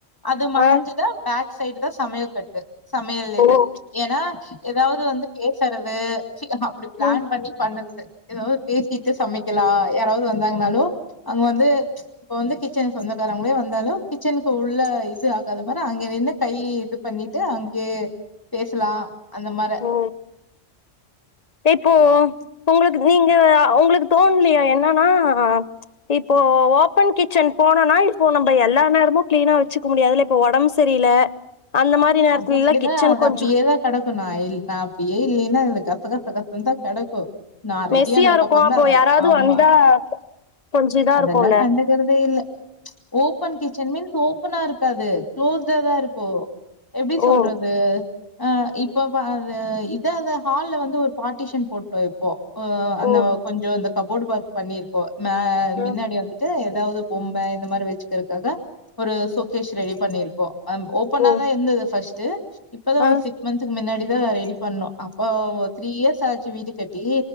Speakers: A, on the left; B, on the left.
A: அது மறஞ்சுதா
B: ஆ
A: பேக் சைடுதா சமயல் கட்டு சமையல் இது
B: ஓகே
A: ஏனா ஏதாது வந்து பே சறது அப்புடி பிளான்
B: ம்
A: பண்ணி பண்ணறது ஏதாது பேசிட்டு சமைக்கலா யாராவது வந்தாங்கனாலு அங்க வந்து இப்ப வந்து கிச் சனுக்கு சொந்தக்காரங்களே வந்தாலு கிச்சனுக்கு உள்ள இது ஆகாத மாரி அங்க நின்னு கை இது பண்ணிட்டு அங்கேயே பேசலா அந்த மாரே
B: ஓ இப்போ உங்குளுக்கு நீங்க உங்குளுக்கு தோண்லயா என்னன்னா இப்போ ஓபன் கிச்சன் போனனா இப்போ நம்போ எல்லா நேரமு கிளீனா வெச்சுக்க முடியாதுல இப்ப ஒடம்பு செரில அந்த மாரி நேரத்துலல்லா
A: அது அப்புடிதா
B: கிச்சன்
A: அது
B: கொஞ்சோ
A: அப்புடியே தா கடக்கோ நா இல் நா அப்புடியே இல்லேன்னா இந்த கச கச கசந்தா கடக்கோ நா ரெடியானதுக்கு
B: மெஸ்ஸியா இருக்கு
A: அப்புறந்தா
B: அப்போ
A: அதப்
B: யாராவது
A: ஆமா
B: வந்தா கொஞ்ச இதா
A: அதல்லா
B: இருக்குல்ல
A: கண்டுக்கறதே இல்லே ஓப்பன் கிச்சன் மீன்ஸ் ஓபனா இருக்காது க்ளோஸ்டா தா இருக்கோ எப்டி
B: ஓ
A: சொல்றது இது அ இப்ப பா இது இதுஅது ஹால்ல வந்து ஒரு பாட்டிஷன் போட்டோ இப் போ உ அந்த
B: ஓ
A: கொஞ்சோ இந்த கபோர்டு ஒர்க் பண்ணிருக்கோ மே மின்னாடி
B: அ
A: வந்து ட்டு எதாவது பொம்ம இந்த மாரி வெச்சுக்கிறதுக்காக ஒரு ஷோகேஷ் ரெடி பண்ணிருக்கோ அ ஓபனாதா
B: ஓ
A: இர்ந்துது ஃபஸ்ட்டு இப்பதா
B: அ
A: ஒரு சிக்ஸ் மந்த்க்கு மின்னாடி தா ரெடி பண்ணோ அப்போ ஓர் த்ரீ இயர்ஸ் ஆச்சு வீடு கட்டி